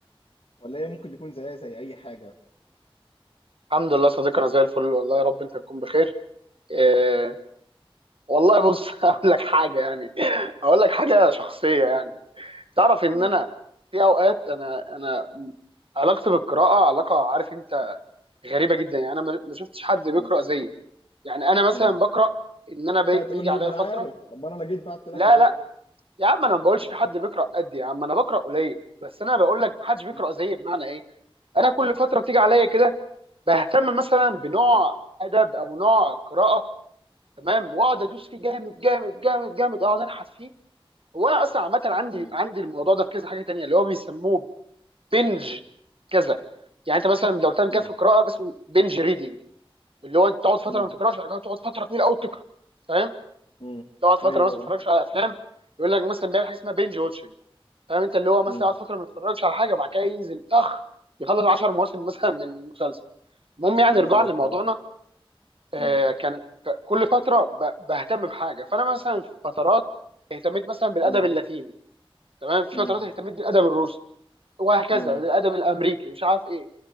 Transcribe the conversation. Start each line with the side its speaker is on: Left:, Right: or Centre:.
Left: ولا هي ممكن يكون زيها زي اي حاجه
Right: الحمد لله صديقي انا زي الفل والله يا رب انت تكون بخير إيه والله بص <laughs> اقول لك حاجه يعني اقول لك حاجه شخصيه يعني تعرف
Left: م-
Right: ان انا في اوقات انا انا علاقتي بالقراءه علاقه عارف انت غريبه جدا يعني انا ما ما شفتش حد بيقرا
Left: م-
Right: زيي يعني انا مثلا
Left: م.
Right: بقرا ان انا
Left: انت
Right: بي-
Left: هتقول
Right: بيجي
Left: لي
Right: عليا
Left: ما انا
Right: فتره
Left: عارف اما انا لا جيت بعت لك
Right: لا
Left: ليه
Right: لا يا عم انا ما بقولش
Left: م-
Right: في حد بيقرا قدي يا عم انا بقرا قليل بس انا بقول لك ما حدش بيقرا
Left: م-
Right: زيي بمعنى ايه انا كل فتره بتيجي عليا
Left: م-
Right: كده بهتم مثلا بنوع
Left: م-
Right: ادب او نوع قراءه تمام واقعد ادوس فيه جامد جامد جامد جامد اقعد انحت فيه هو انا اصلا عامه عندي
Left: م-
Right: عندي الموضوع ده في كذا حاجه تانية اللي هو بيسموه بنج كذا يعني انت مثلا لو تعمل
Left: م-
Right: كده في القراءه بس بنج ريدنج اللي هو انت تقعد فتره
Left: م-
Right: ما تقراش بعد كده تقعد فتره طويله قوي تقرا فاهم
Left: م.
Right: تقعد فتره
Left: ايوه
Right: مثلا ما تتفرجش على افلام يقول لك مثلا بيعمل حاجه اسمها بنج واتشنج فاهم انت اللي هو مثلا
Left: م-
Right: يقعد فتره ما يتفرجش على حاجه وبعد كده ينزل طخ يخلص 10 مواسم مثلا
Left: م.
Right: من مسلسل المهم يعني
Left: بالظبط
Right: رجوعا لموضوعنا
Left: اه
Right: آه،
Left: م-
Right: كان ك- كل فتره ب- بهتم بحاجه فانا مثلا في فترات اهتميت مثلا بالادب
Left: م-
Right: اللاتيني تمام في
Left: م-
Right: فترات اهتميت بالادب الروسي
Left: م-
Right: وهكذا
Left: م-
Right: بالادب الامريكي مش عارف ايه